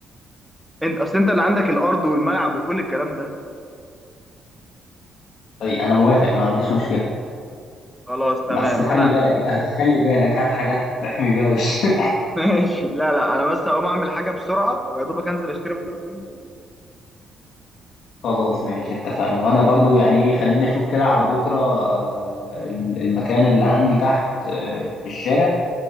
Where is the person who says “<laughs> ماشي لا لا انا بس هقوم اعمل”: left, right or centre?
Centre